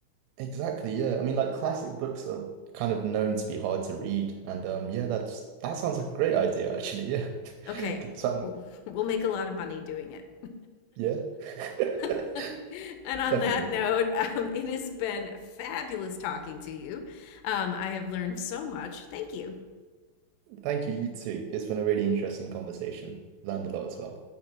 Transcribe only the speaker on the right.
exactly, yeah. I mean like classic books are kind of known to be hard to read. And um yeah, that's that sounds like a great idea actually, yeah. <laughs>
Could sound,
yeah. <laughs>
Definitely.
Thank you, you too. It's been a really interesting conversation. Learned a lot as well.